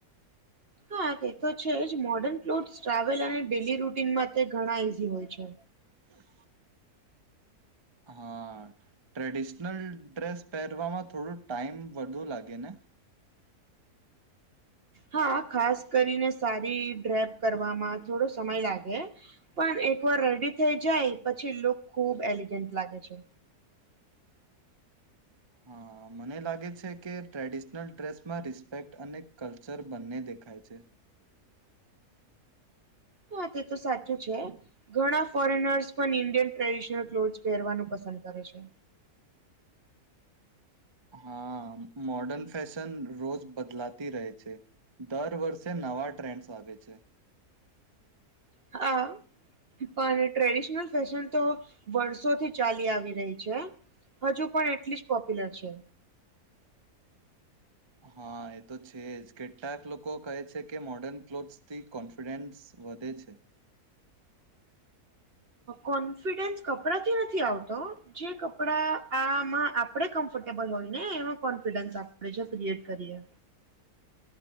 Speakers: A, on the right; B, on the right.
A: હા તે તો છે જ મોડર્ન ક્લોથસ ટ્રાવેલ અને ડેલી રૂટીનમાં ઘણા ઈઝી હોય છે.
B: હ હા ટ્રેડિશનલ ડ્રેસ પહેરવામાં થોડું ટાઈમ વધુ લાગે ને
A: હા ખાસ કરીને સારી ડ્રેપ કરવામાં થોડો સમય લાગે પણ એક વાર રેડી થઈ જાય પછી લુક ખુબ એલિગન્ટ લાગે છે.
B: હા મને લાગે છે કે ટ્રેડિશનલ ડ્રેસમાં રિસ્પેક્ટ અને કલ્ચર બંને દેખાય છે.
A: હા તે તો સાચું છે ઘણા ફોરેનર્સ પણ ઇન્ડિયન. ટ્રેડિશનલ ક્લોથસ પહેરવાનું પસંદ કરે છે.
B: હા મોર્ડન ફેશન રોજ બદલાતી રહે છે. દર વર્ષે નવા ટ્રેન્ડસ આવે છે.
A: હા. પણ ટ્રેડિશનલ ફેશન તો વર્ષોથી ચાલી આવી રહી છે. હજુ પણ એટલી જ પોપ્યુલર છે.
B: હા એ તો છે જ કેટલાક લોકો કહે છે કે મોર્ડર્ન ક્લોથસ થી કોન્ફિડન્સ વધે છે.
A: કોન્ફિડન્સ કપડાથી નથી આવતો હો જે કપડા આમાં આપે આપણે કમ્ફર્ટેબલ હોય ને એમાં કોન્ફિડન્સ આપણે ક્રિએટ કરીએ.